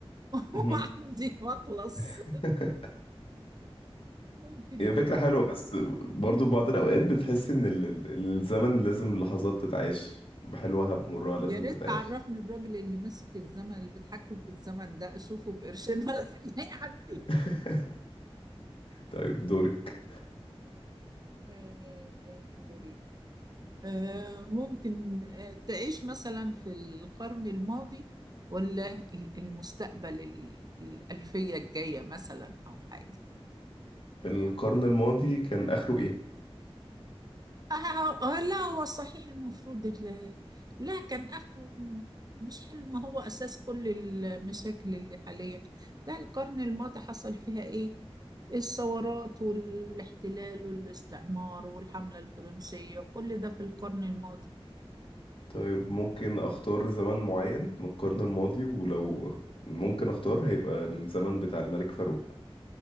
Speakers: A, on the right; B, on the left.
A: <laughs> وأعدي
B: مهم.
A: وأخلص
B: <laughs>
A: ممكن
B: هي
A: جدا
B: فكرة حلوة بس برضه في بعض الأوقات بتحس إن ال- ال- الزمن لازم اللحظات تتعاش بحلوها بمرها لازم
A: يا ريت
B: تتعاش
A: تعرفني الراجل اللي ماسك الزمن اللي بيتحكم في الزمن ده أشوفه بقرشين ولا <laughs> حاجة يعدي
B: <laughs> طيب دورك
A: آه، دوري آه، ممكن آه، تعيش مثلا في القرن الماضي ولا ال- المستقبل ال- الألفية الجاية مثلا أو حاجة
B: القرن الماضي كان آخره إيه؟
A: آه، آه، لا هو صحيح المفروض ال- لا كان آخره مش حلو ما هو أساس كل المشاكل اللي حاليا لا القرن الماضي حصل فيها إيه الثورات والاحتلال والاستعمار والحملة الفرنسية كل ده في القرن الماضي
B: طيب ممكن أختار زمن معين من القرن الماضي ولو ممكن أختار هيبقى الزمن بتاع الملك فاروق